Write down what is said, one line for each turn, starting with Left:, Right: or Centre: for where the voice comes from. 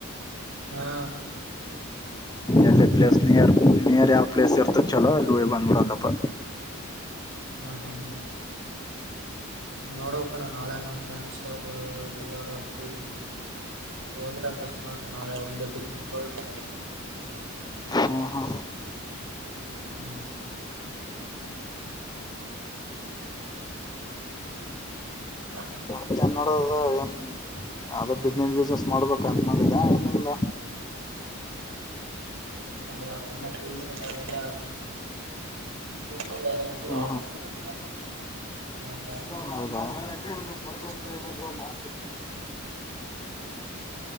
Right: ಹಾ
Left: ಎಲ್ಲಿ ಪ್ಲೇಸ್ ನಿಯರ್ ನಿಯರ್ ಯಾವ್ ಪ್ಲೇಸ್ ಇರ್ತ ಚಲೋ ಅಲ್ಲಿ ಹಿ ಬಂದ್ಬಿಡಾಕಪ್ಪ
Right: ಹ ಹ್ಮ್ ನೋಡೋ ಕಣ ನಾಳೆ ಅನ ಫ್ರೆಂಡ್ಸ್ ಅವರು ಎಲ್ಲಾರ ಕೂಡಿ ಹೋದ್ರೆ ಅಕಸ್ಮಾತ್ ನಾಳೆ ಒಂದ ೇ ಪಿಕ್ನಿಕ್ ಹೋಗಿ ಬರ
Left: ಹ್ಮ ಹಾ
Right: ಹ್ಮ್ ಹ
Left: ಮತ್ತೆ ನೋಡದ ಏನ್ ಅ ಬಿಸ್ನೆಸ್ ಗಿಸ್ನೆಸ್ ಮಾಡ್ಬೇಕು ಅಂತ ಮಾಡೋಿದ್ದ ಮುಂದ
Right: ವಾಗನ್ ಎಲ್ಲ ಹೌದಾದ್ರ್ಲ ಬ್ಲಾಗ್
Left: ಹಾ
Right: ಮಾಡಿನಿ ಹಾ
Left: ಹೌದ ಹ ಹ
Right: ಮಾಡಿದ್ರೆ
Left: ಹ